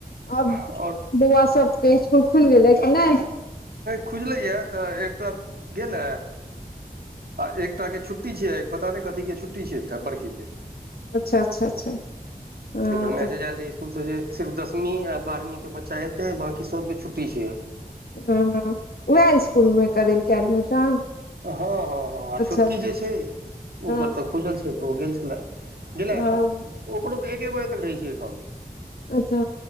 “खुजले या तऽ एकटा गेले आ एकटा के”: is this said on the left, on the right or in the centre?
Right